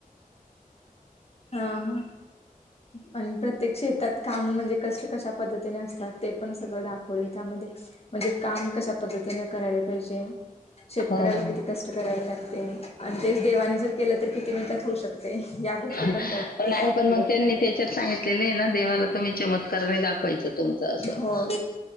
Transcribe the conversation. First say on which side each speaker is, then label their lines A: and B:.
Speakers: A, on the left; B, on the left.
A: हा ह आणि प्रत्येक शेतात काम म्हणजे कष्ट कशा पद्धतीने असत ते पण सगळं दाखवलय <inaudible> त्यामध्ये म्हणजे काम कशा पद्धतीने करायला पाहिजे? शेतकऱ्याला
B: हो
A: किती कष्ट करायला लागते <inaudible> आणि तेच देवाने जर केलं तर किती <unintelligible> मिनिटात होऊ शकतय, या गोष्टी
B: <inaudible>
A: पण त्यात
B: नाही
A: दाखवल्यात
B: पण मग त्यांनी त्याच्यात सांगितलेले आहे ना देवाला तुम्ही चमत्काराने दाखवायच. तुमच असं
A: हो